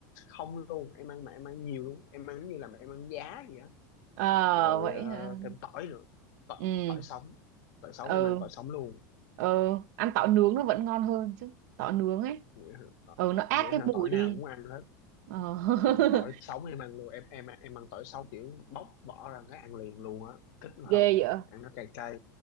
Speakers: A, on the left; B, on the right.
A: không luôn em ăn mà em ăn nhiều luôn em ăn như là mà em ăn giá vậy á
B: ờ
A: rồi
B: vậy
A: ờ,
B: hả
A: thêm tỏi nữa tỏi,
B: ừ
A: tỏi sống tỏi sống
B: ừ
A: em ăn tỏi sống luôn
B: ừ ăn tỏi nướng nó vẫn ngon hơn chứ tỏi nướng ấy
A: vậy hả, Ờ,
B: ừ nó át
A: vậy
B: cái
A: hả
B: mùi
A: tỏi
B: đi
A: nào cũng ăn hết
B: ờ. <laughs>
A: còn tỏi sống em ăn luôn em em em ăn tỏi sống kiểu bóc vỏ ra cái ăn liền luôn á thích
B: ghê
A: hơn
B: vậy
A: ăn nó cay cay